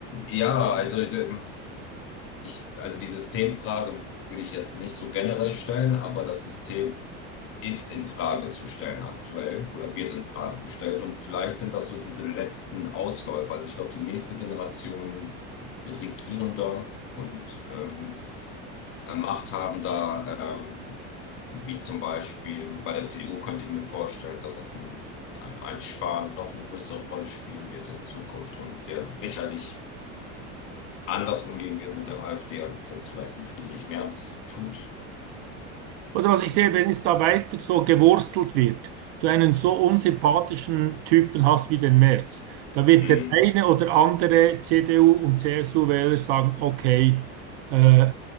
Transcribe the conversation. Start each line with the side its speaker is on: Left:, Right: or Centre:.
Left: ja, also d- Ich, also die Systemfrage würde ich jetzt nicht so generell stellen, aber das System ist in Frage zu stellen aktuell oder wird in Frage gestellt. Und vielleicht sind das so diese letzten Ausläufer. Also ich glaube, die nächste Generation Regierender und ähm, äh, Machthabender, ähm, wie zum Beispiel bei der CDU, könnte ich mir vorstellen, dass ein, ein, ein Spahn noch eine größere Rolle spielen wird in Zukunft und der sicherlich anders umgehen wird mit der AfD, als es jetzt vielleicht ein Friedrich Merz tut.
Right: Oder
Left: Mhm.
Right: was ich sehe, wenn es da weiter so gewurstelt wird, du einen so unsympathischen Typen hast wie den Merz, da wird
Left: Mhm.
Right: der eine oder andere CDU- und CSU-Wähler sagen, okay, äh,